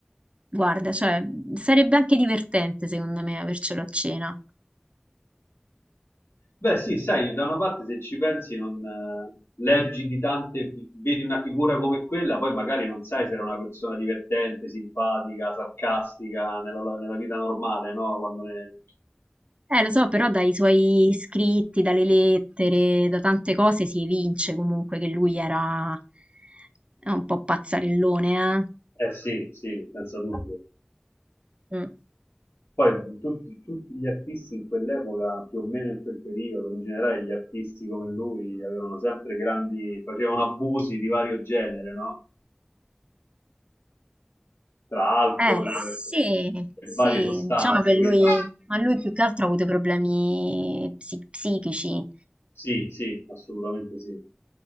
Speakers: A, on the right (about 30°); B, on the left (about 70°).
A: guarda, cioè, sarebbe anche divertente secondo me avercelo a cena.
B: Beh, sì, sai, da una parte se ci pensi non eh, leggi di tante, fi- vedi una figura come quella, poi magari non sai se era una persona divertente, simpatica, sarcastica nella, nella vita normale, no? Quando ne...
A: Eh, lo so, però dai suoi scritti, dalle lettere, da tante cose si evince comunque che lui era era un po' pazzarellone,
B: Eh sì, sì, senza dubbio.
A: eh. Mm.
B: Poi tutti, tutti gli artisti in quell'epoca, più o meno in quel periodo, in generale gli artisti come lui avevano sempre grandi, facevano abusi di vario genere, no? Tra alcol
A: Eh, sì,
B: e
A: sì,
B: varie sostanze,
A: diciamo che
B: quindi
A: lui, ma lui più che altro ha avuto problemi psi- psichici.
B: sì, sì, assolutamente sì.